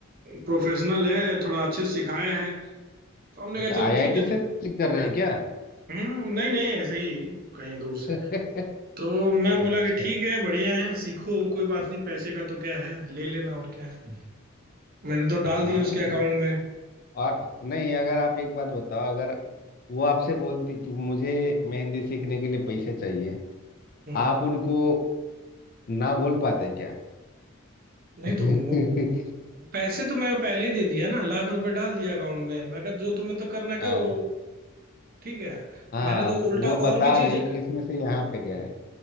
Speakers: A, on the right; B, on the left.
A: प्रोफेशनल है थोड़ा अच्छे से सिखाया है तो हमने
B: अच्छा
A: कहा चलो
B: आईआईटी
A: ठीक है
B: से क्लिक कर रहे हैं क्या
A: हम्म नहीं नहीं ऐसे ही कहीं दूर से
B: <laughs>
A: तो मैं बोला
B: अच्छा
A: कि ठीक है बढ़िया है सीखो कोई बात नहीं पैसे का तो क्या है ले लेना और क्या है मैंने तो
B: हाँ
A: डाल दिया उसके अकाउंट में
B: और नहीं अगर आप एक बात बताओ अगर वो आपसे बोलती कि मुझे मेहंदी सीखने के लिए पैसे चाहिए
A: हम्म
B: आप उनको ना बोल पाते क्या
A: नहीं
B: <laughs>
A: तो पैसे तो मैं पहले ही दे दिया ना लाख रुपए डाल दिया अकाउंट में मैं कहा जो तुम्हें तो करना
B: हाँ
A: करो ठीक है
B: हाँ,
A: मैंने तो
B: वो
A: उल्टा
B: बता
A: और भी
B: रही
A: चीजें
B: कि इसमें से यहाँ पे गए